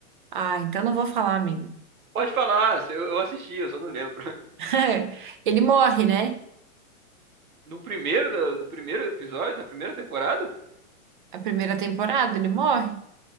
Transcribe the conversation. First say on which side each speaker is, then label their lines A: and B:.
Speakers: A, on the right; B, on the right.
A: Ah, então não vou falar, amigo.
B: Pode falar, eu, eu assisti, eu só não lembro. <laughs>
A: <laughs> Ele morre, né?
B: No primeiro, do, do primeiro episódio, na primeira temporada,
A: A primeira temporada, ele morre.